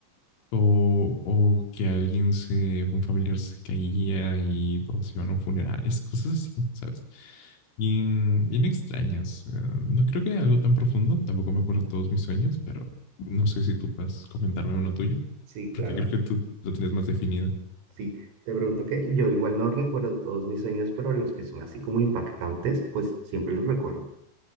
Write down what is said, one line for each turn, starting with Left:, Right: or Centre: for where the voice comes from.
Left: O, o que alguien se, un familiar se caía y todos iban a un funeral, es <laughs> cosas así, ¿sabes? Bien, bien extrañas. Eh, no creo que algo tan profundo, tampoco me acuerdo todos mis sueños, pero no sé si tú puedes comentarme uno tuyo,
Right: Sí, claro.
Left: porque creo que tú lo tienes más definido.
Right: Sí, te pregunto que yo igual no recuerdo todos mis sueños, pero los que son así como impactantes, pues siempre los recuerdo.